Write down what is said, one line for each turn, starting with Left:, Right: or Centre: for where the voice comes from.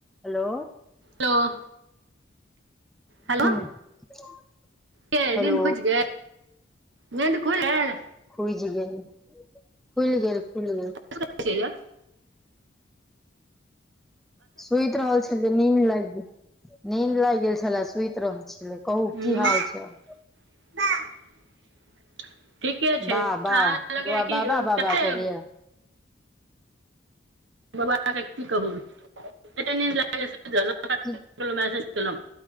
Centre: हलो।
Right: Hello hello.
Centre: <inaudible>
Right: नींन्द
Centre: Hello
Right: खुजि गेल नीन्द खुलगेल।
Centre: खुज गेल खुल गेल खुल गेल।
Right: कते छिये यो।
Centre: सुति रहल छलिय नीन्द लागि गेल नीद लागि गेल छलए सुति रहल छल। कहू
Right: हूँ
Centre: की हाल चाल?
Right: <unintelligible> ठीके छै
Centre: वाह वाह
Right: अहाँ लगै
Centre: बौआ
Right: कि
Centre: बाबा बाबा
Right: कते
Centre: करैये
Right: बाबाकेँ की कहू एतेऽ निन्द लागैए सुमित रहलउ
Centre: की
Right: मेसेज केलै